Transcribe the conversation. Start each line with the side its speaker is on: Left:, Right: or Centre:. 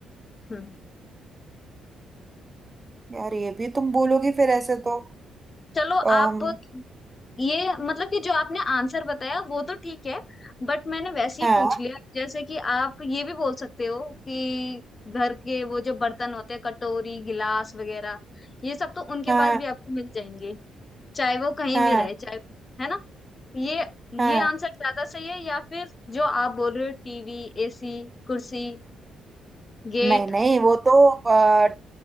Left: हम्म
Right: यार ये भी तुम बोलोगी फिर ऐसे तो
Left: चलो
Right: अम,
Left: आप ये मतलब कि जो आपने आंसर बताया वो तो ठीक है बट मैंने वैसे ही
Right: हाँ
Left: पूछ लिया जैसे कि आप ये भी बोल सकते हो कि घर के वो जो बर्तन होते हैं कटोरी गिलास वगैरह ये सब तो उनके
Right: हाँ
Left: पास भी आपको मिल जाएंगे चाहे वो कहीं
Right: हाँ
Left: भी रहे चाहे है ना ये
Right: हाँ
Left: ये आंसर ज्यादा सही है या फिर जो आप बोल रहे हो टीवी एसी कुर्सी गेट
Right: नहीं नहीं वो तो अ,